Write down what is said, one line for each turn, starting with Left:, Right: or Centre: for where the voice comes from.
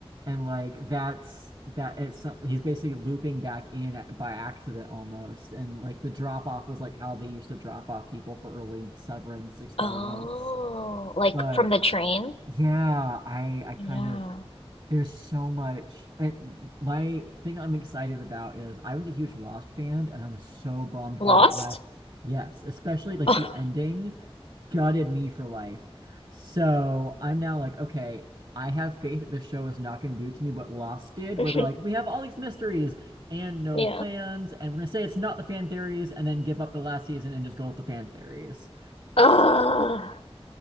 Right: and like that's that it's he's basically looping back in by accident almost, and like the drop off was like how they used to drop off people for early severance experiments.
Left: Oh, like
Right: But
Left: from the train?
Right: yeah, I I kind
Left: Yeah.
Right: of there's so much. And my thing I'm excited about is I was a huge Lost fan and I was so bummed
Left: Lost?
Right: by that last, yes, especially like
Left: Oh.
Right: the ending gutted me for life. So I'm now like, okay, I have faith that this show is not going to do to me what Lost did,
Left: <laughs>
Right: where they're like, we have all these mysteries and no
Left: Yeah.
Right: plans, and we're going to say it's not the fan theories and then give up the last season and just go with the fan theories.
Left: Ugh.